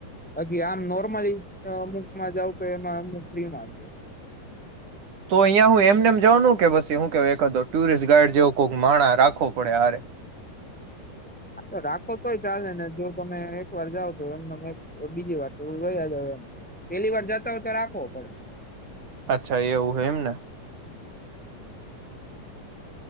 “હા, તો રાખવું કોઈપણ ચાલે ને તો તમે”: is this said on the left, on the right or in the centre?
Centre